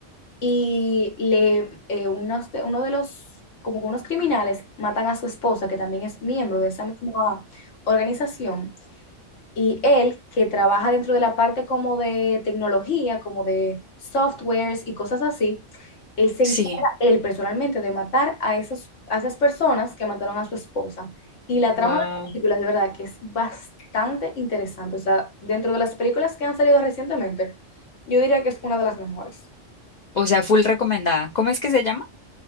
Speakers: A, on the left; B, on the left.
A: y le, eh, unos de- uno de los, como que unos criminales matan a su esposa, que también es miembro de esa misma organización, y él, que trabaja dentro de la parte como de tecnología, como de softwares y cosas así, él se
B: Sí,
A: encarga, él personalmente, de matar a, esos, a esas personas que mataron a su esposa. Y la
B: wow.
A: trama de las películas, de verdad, que es bastante interesante. O sea, dentro de las películas que han salido recientemente, yo diría que es una de las mejores.
B: O sea, full recomendada. ¿Cómo es que se llama?